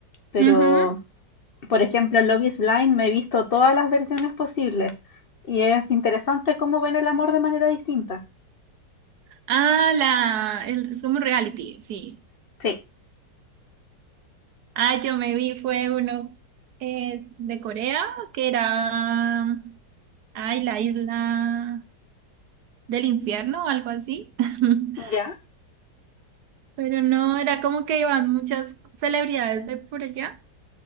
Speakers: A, on the left; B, on the right.
A: Pero
B: Ujú.
A: Por ejemplo, en Love is Blind me he visto todas las versiones posibles y es interesante cómo ven el amor de manera distinta.
B: Ah, la, el- es como reality, sí.
A: Sí.
B: Ah, yo me vi, fue uno eh, de Corea, que era, ay, la isla del infierno o algo así. <laughs>
A: Ya.
B: Pero no, era como que iban muchas celebridades de por allá,